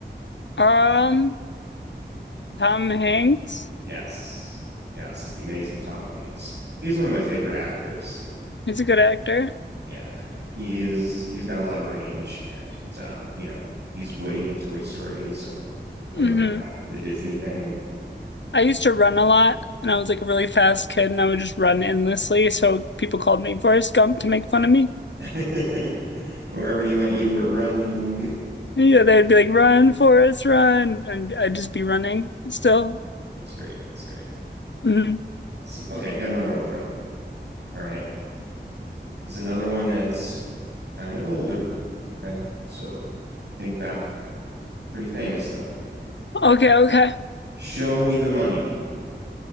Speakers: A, on the left; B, on the right.
A: Um, Tom Hanks.
B: Yes, yes, the amazing Tom Hanks. He's one of my favorite actors.
A: He's a good actor.
B: Yeah, he's He's got a lot of range, and um, you know, he's Woody in Toy Story, so coming
A: hmm
B: right back to the Disney thing.
A: I used to run a lot and I was like a really fast kid and I would just run endlessly. So people called me Forrest Gump to make fun of me.
B: <laughs> Wherever you went, you were running.
A: Yeah, they'd be like, run, Forrest, run. And I'd just be running still.
B: That's great. That's great.
A: Mhm.
B: Awesome. Okay, I got another one for you. All right. This is another one that's kind of older. Okay. So think back. Pretty famous though.
A: Okay, okay.
B: Show me the money.